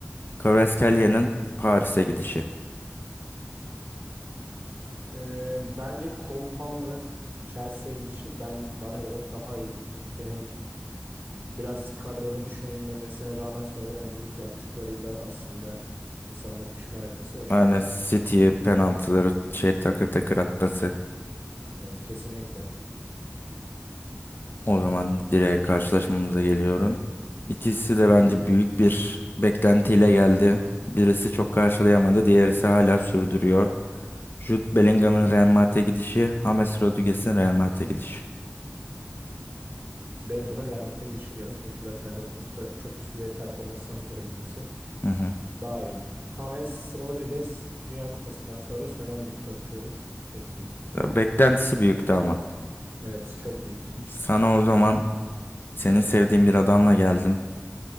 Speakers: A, on the left; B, on the right.
A: Kvaratskhelia Paris'e gidişi.
B: Ee, bence Cole Palmer'ın Chelsea'ye gidişi ben bana göre daha iyiydi. Çünkü hem biraz kadroda düşünülmemesine rağmen sonradan gidip yaptıklarıyla aslında insanları pişman etmesi hoşuma
A: Yani
B: gitti.
A: City'ye penaltıları şey takır takır atması.
B: Evet, kesinlikle.
A: O zaman direkt karşılaşmamıza geliyorum. İkisi de bence büyük bir beklentiyle geldi. Birisi çok karşılayamadı, diğerisi hala sürdürüyor. Jude Bellingham'ın Real Madrid'e gidişi, James Rodriguez'in Real Madrid'e gidişi.
B: Bellingham'ın Real Madrid'e gidişi diyorum. Çünkü zaten Dortmund'da çok üst düzey performanstan sonra gitmesi
A: Hı hı.
B: daha iyiydi. James Rodriguez Dünya Kupası'ndan sonra sönen bir topçudur. Ekleyeyim.
A: Beklentisi büyüktü ama.
B: Evet çok büyüktü.
A: Sana o zaman senin sevdiğin bir adamla geldim.